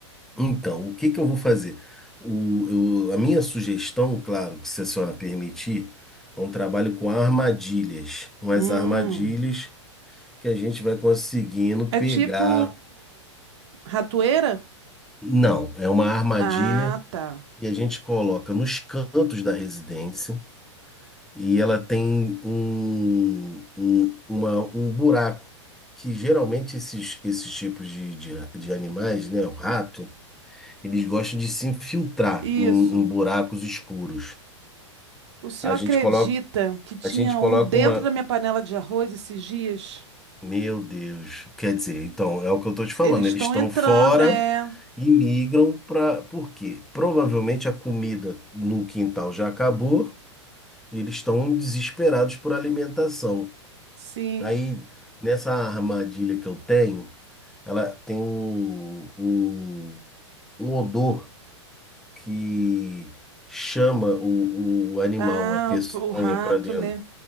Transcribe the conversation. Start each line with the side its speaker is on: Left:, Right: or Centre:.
Centre: Então, o que que eu vou fazer? O, eu- a minha sugestão, claro, que se a senhora permitir, é um trabalho com armadilhas. Umas
Right: Hum.
Centre: armadilhas que a gente vai conseguindo
Right: É
Centre: pegar.
Right: tipo ratoeira?
Centre: Não, é uma armadilha
Right: Ah, tá.
Centre: que a gente coloca nos cantos da residência. e ela tem um, um, uma- um buraco, que geralmente esses, esses tipos de, de, de animais, né, o rato, eles gostam de se infiltrar
Right: Isso.
Centre: em, em buracos escuros.
Right: O senhor
Centre: A
Right: acredita
Centre: gente coloca,
Right: que tinha
Centre: a gente coloca
Right: um dentro
Centre: uma.
Right: da minha panela de arroz esses dias?
Centre: Meu Deus, quer dizer, então, é o que eu estou te falando,
Right: Eles estão
Centre: eles estão
Right: entrando.
Centre: fora
Right: É,
Centre: e migram para. Por quê? Provavelmente a comida no quintal já acabou. E eles estão desesperados por alimentação.
Right: sim.
Centre: Aí, nessa armadilha que eu tenho, ela tem um, um, um odor que chama o, o animal,
Right: Ah,
Centre: a peçonha,
Right: o, o rato,
Centre: para dentro.
Right: né?